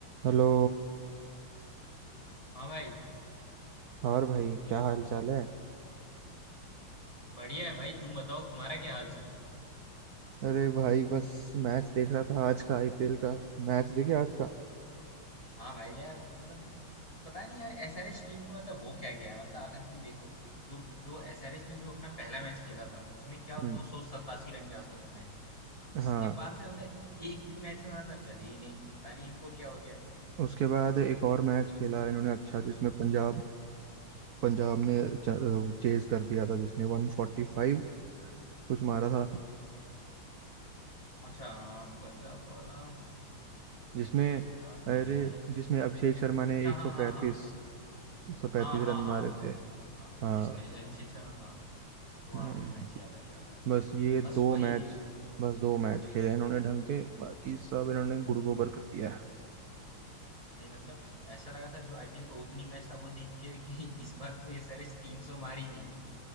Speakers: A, on the right; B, on the left.
A: Hello
B: हाँ भाई
A: और भाई क्या हाल चाल है
B: बढ़िया है भाई तुम बताओ तुम्हारा क्या हाल चाल है
A: अरे भाई बस मैच देख रहा था आज का आईपीएल का मैच देखे आज का
B: हाँ भाई यार मतलब पता नहीं यार एसआरएच टीम को मतलब हो क्या गया है मतलब अगर तुम देखो जो जो एसआरएच ने जो अपना पहला मैच खेला था उसमें क्या
A: हम्म
B: दो सौ सतासी रन के आसपास बनाए थे उसके
A: हाँ
B: बाद से मतलब एक भी मैच में मतलब चली ही नहीं पता नहीं इनको क्या हो गया
A: उसके बाद एक और मैच खेला इन्होंने अच्छा जिसमें पंजाब पंजाब ने चेज
B: अ,
A: कर दिया था जिसमें 145 कुछ मारा था
B: अच्छा हाँ पंजाब वाला
A: जिसमें
B: याद नहीं
A: अरे
B: आ रहा है।
A: जिसमें अभिषेक शर्मा ने
B: अच्छा
A: 135
B: हाँ हाँ
A: 135
B: हाँ हाँ
A: रन
B: हाँ
A: मारे
B: हाँ
A: थे
B: हाँ हाँ
A: हाँ
B: जिसने अभिषेक शर्मा हाँ वो
A: हम्म,
B: हाँ वही मैच याद है याद है
A: बस ये
B: बस
A: दो
B: वही
A: मैच बस दो मैच खेले इन्होंने ढंग के बाकी सब इन्होंने गुड़ गोबर कर दिया
B: भाई मतलब ऐसा लगा था जो आईपीएल का ओपनिंग मैच था वो देख के कि <laughs> इस बार तो ये एसआरएच 300 मार ही लेगी